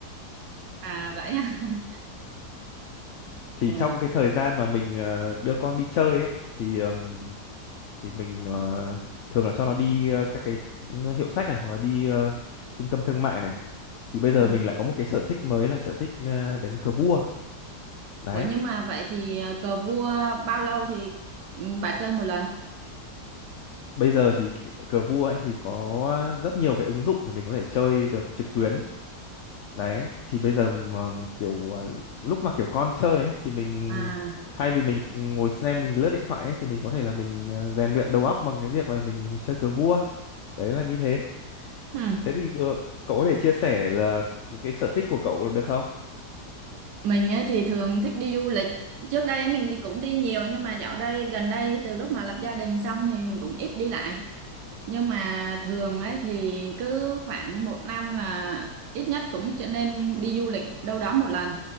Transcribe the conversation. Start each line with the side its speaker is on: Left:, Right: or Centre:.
Right: à vậy ha. <laughs>
Left: thì
Right: Ừ.
Left: trong cái thời gian mà mình ờ, đưa con đi chơi ấy thì ừm, thì mình ờ, thường là cho nó đi ờ, các cái hiệu sách này hoặc là đi ờ, trung tâm thương mại này thì bây giờ
Right: Ừ.
Left: mình lại có một cái sở thích mới là sở thích ờ, đánh cờ vua đấy
Right: Ủa nhưng mà vậy thì à, cờ vua bao lâu thì ừ, bà chơi một lần?
Left: bây giờ thì cái cờ vua ấy thì có rất nhiều cái ứng dụng để mình có thể chơi được trực tuyến Đấy, thì bây giờ mà kiểu à, lúc mà kiểu con chơi ấy, thì mình
Right: À.
Left: thay vì mình ngồi xem mình lướt điện thoại ấy, thì mình có thể là mình à, rèn luyện đầu óc bằng cái việc là mình chơi cờ vua. Đấy là như thế.
Right: Ừ.
Left: Thế thì ờ, cậu có thể chia sẻ là những cái sở thích của cậu được không?
Right: Mình ấy thì thường thích đi du lịch. Trước đây ấy mình thì cũng đi nhiều nhưng mà dạo đây gần đây từ lúc mà lập gia đình xong thì mình cũng ít đi lại. nhưng mà thường ấy thì cứ khoảng một năm là ít nhất cũng trở nên đi du lịch đâu đó một lần